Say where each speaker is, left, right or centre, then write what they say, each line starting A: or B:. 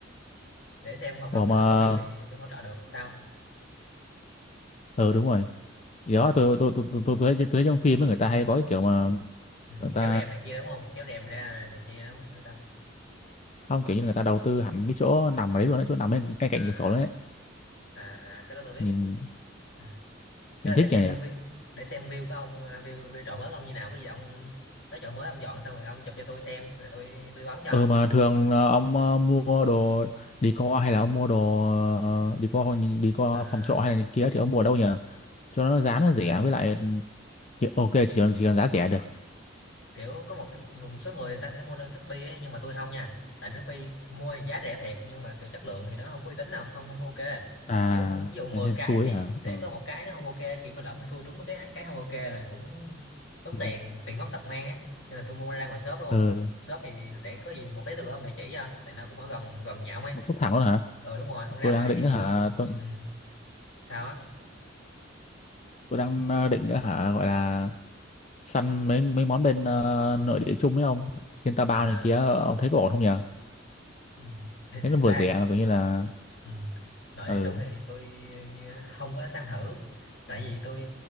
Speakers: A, on the left; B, on the left.
A: để xem phòng ông
B: ủa
A: nếu
B: mà
A: mà có view thì tôi hỗ trợ được sao
B: ừ đúng rồi thì
A: ừ.
B: đó tôi tôi tôi tôi tôi, thấy, tôi thấy trong phim ấy, người ta hay có cái kiểu mà
A: Ừ.
B: người ta
A: kéo rèm này kia đúng không kéo rèm ra này, này kia đúng không hay sao
B: không kiểu như người ta đầu tư hẳn cái chỗ nằm ở đấy luôn á chỗ nằm bên cạnh cạnh
A: à,
B: cửa sổ đấy
A: à, à cái đó tôi biết
B: nhìn
A: ừ. cái
B: nhìn thích
A: đó để xem
B: nhỉ nhỉ?
A: view để xem view của ông à, view, view chợ mới của ông như nào có gì ông tới chợ mới ông dọn xong rồi ông chụp cho tôi xem rồi tôi tư vấn cho
B: Ừ mà thường là ông ờ, mua đồ đi co hay là ông mua đồ ờ, đi co đi co
A: à,
B: phòng trọ hay là gì kia thì ông mua ở đâu nhỉ? Cho nó giá nó
A: à
B: rẻ với lại chỉ- ok chỉ cần chỉ cần giá rẻ được.
A: kiểu có một cái một số người ta sẽ mua lên Shopee ấy, nhưng mà tôi không nha tại Shopee mua thì giá rẻ thiệt nhưng mà kiểu chất lượng thì nó không có uy tín nào không không ok
B: À
A: kiểu ví dụ 10
B: ở trên
A: cái
B: suối
A: thì
B: hả?
A: sẽ
B: Ừ.
A: có một cái nó không ok kiểu mà lỡ mà xui trúng mấy cái cái không ok là cũng tốn
B: Ừ.
A: tiền tiền mất tật mang á nên là tôi mua ra ngoài shop luôn
B: ừ.
A: shop thì để có gì một tí từ ông để chỉ cho tại nó cũng ở gần gần nhà ông ấy
B: Một xúc thẳng luôn hả?
A: ờ đúng rồi ông ra
B: Tôi
A: ngoài
B: đang định
A: thì
B: hả?
A: ông
B: Tôi
A: ừ. sao á
B: tôi đang ờ, định nữa hả gọi là săn mấy mấy món bên ờ, nội địa chung với ông trên Taobao
A: à
B: này kia ông thấy có ổn không nhỉ?
A: ừ. <laughs>
B: Thế
A: thật
B: nó vừa
A: ra
B: rẻ mà coi như là
A: Ừ. Nội
B: ừ.
A: Trung thì tôi ờ, không có sang thử tại vì tôi